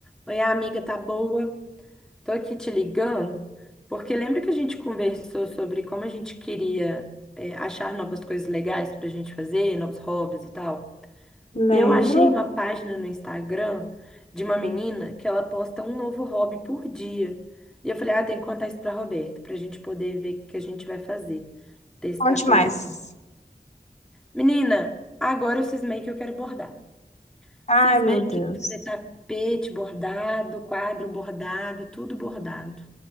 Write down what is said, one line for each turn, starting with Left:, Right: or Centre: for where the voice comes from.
Centre: Oi, amiga, tá boa? Tô aqui te ligando, porque lembra que a gente conversou sobre como a gente queria, é, achar novas coisas legais pra gente fazer, novos hobbies e tal?
Left: Lembro.
Centre: E eu achei uma página no Instagram de uma menina que ela posta um novo hobby por dia. E eu falei, ah, tem que contar isso pra Roberta, pra gente poder ver o que a gente vai fazer, testar
Left: Onde
Centre: coisa.
Left: mais?
Centre: nova. Menina, agora eu cismei que eu quero bordar.
Left: Ai,
Centre: Cismei
Left: meu
Centre: que
Left: Deus.
Centre: eu quero fazer tapete bordado, quadro bordado, tudo bordado.